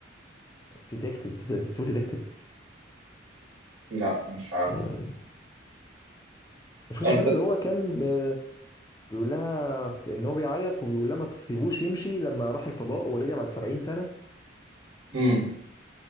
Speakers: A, on the left; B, on the right.
A: ديتكتيف ذا ترو ديتكتيف
B: لا مش عارف
A: يعني مش فاكر
B: أنت
A: الفيلم اللي هو كان ب- بيقول لها ف- ان هو بيعيط وبيقول لها ما تسيبوش يمشي لما راح الفضاء ورجع بعد 70 سنة
B: مم.